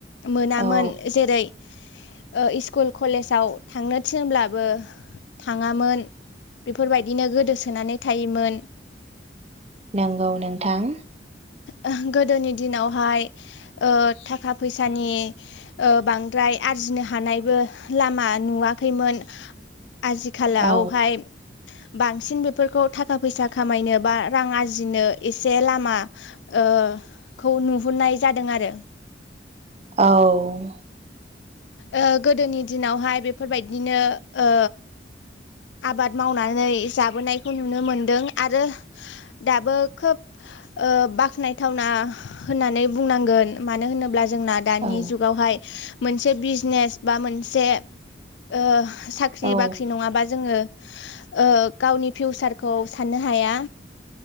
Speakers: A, on the left; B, on the right.
A: मोनामोन
B: औ
A: जेरै ओ इस्कुल कलेजाव थांनो थिनब्लाबो थाङामोन। बेफोरबायदिनो गोदोसोनानै थायोमोन।
B: नोंगौ नोंथां।
A: ओ गोदोनि दिनावहाय ओ थाखा फैसानि ओ बांद्राय आरजिनो हा हानायबो लामा नुवाखैमोन। आजिखालावहाय
B: औ
A: बांसिन बेफोरखौ थाखा-फैसा खामायनो बा रां आरजिनो एसे लामा ओ खौ नुहुरनाय जादों आरो।
B: औ
A: ओ गोदोनि दिनावहाय बेफोरबायदिनो ओ आबाद मावनानै जाबोनायखौ नुनो मोनदों आरो दाबो खोब ओ बाख्नायथावना होननानै बुंनांगोन मानो होनोब्ला जोंना दानि
B: औ
A: जुगावहाय मोनसे बिजनेस बा मोनसे ओ साख्रि
B: औ
A: बाख्रि नङाबा जोङो ओ गावनि फिउसारखौ साननो हाया।